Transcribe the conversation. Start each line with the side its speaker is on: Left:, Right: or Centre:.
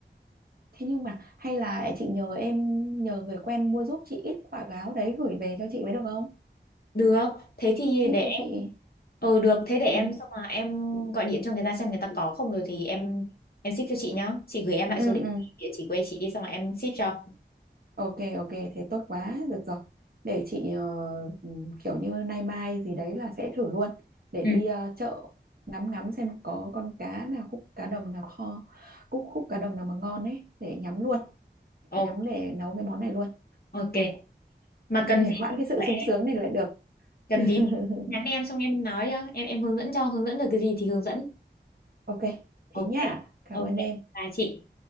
Right: thế nhưng mà hay là chị nhờ em nhờ người quen mua giúp chị ít quả gáo đấy gửi về cho chị mới được không
Left: Được, thế thì
Right: ship
Left: để em
Right: cho chị
Left: Ừ được, thế để em
Right: ừ
Left: xong mà em gọi điện cho người ta xem người ta có không rồi thì em em ship cho chị nhá. Chị gửi em lại
Right: Ừ,
Left: số địa
Right: ừ.
Left: địa chỉ quê chị đi xong rồi em ship cho.
Right: ok ok thế tốt quá được rồi để chị ờ, ừ, kiểu như nay mai gì đấy là sẽ thử luôn để
Left: Ừ,
Right: đi ờ, chợ ngắm ngắm xem có con cá nào khúc cá đồng nào kho khúc khúc cá đồng nào mà ngon ấy để nhắm luôn
Left: ok.
Right: nhắm để nấu cái món này luôn
Left: ok.
Right: ui
Left: Mà
Right: không
Left: cần
Right: thể
Left: gì
Right: hoãn
Left: thì
Right: cái
Left: cứ
Right: sự
Left: gọi
Right: sung
Left: em,
Right: sướng này lại được
Left: cần
Right: <laughs>
Left: gì thì nhắn em xong em nói cho, em em hướng dẫn cho, hướng dẫn được cái gì thì hướng dẫn.
Right: ok thế
Left: Ok.
Right: nhá cảm
Left: Ok.
Right: ơn em
Left: là chị.